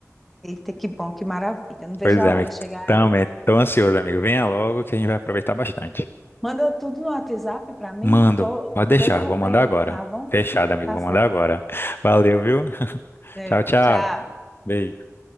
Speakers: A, in the centre; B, on the left.
A: Eita, que bom, que maravilha. Não vejo
B: Pois
A: a
B: é, amigo,
A: hora chegar
B: também
A: aí.
B: tô ansioso, amigo, venha logo que a gente vai aproveitar bastante.
A: Manda tudo no WhatsApp para mim,
B: Mando,
A: to,
B: pode deixar,
A: todo o roteiro,
B: vou mandar agora.
A: tá bom?
B: Fechado, amigo,
A: Tá
B: vou
A: certo.
B: mandar agora. Valeu, viu? <laughs>
A: Deu.
B: Tchau, tchau.
A: Tchau.
B: Beijo.